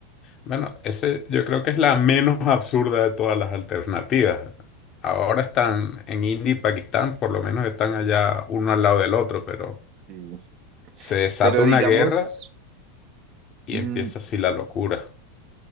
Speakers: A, on the left; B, on the right.
A: Bueno, ese yo creo que es la menos absurda de todas las alternativas. Ahora están en India y Pakistán, por lo menos están allá uno al lado del otro, pero
B: Sí.
A: se desata
B: Pero
A: una
B: digamos,
A: guerra y
B: mm,
A: empieza así la locura.